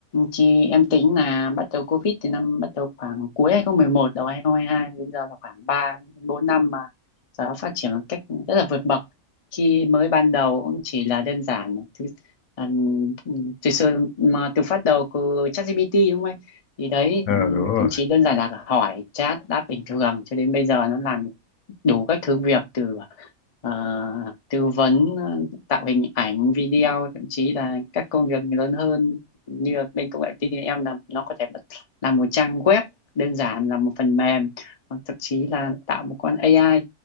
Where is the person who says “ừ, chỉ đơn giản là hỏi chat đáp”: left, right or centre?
Left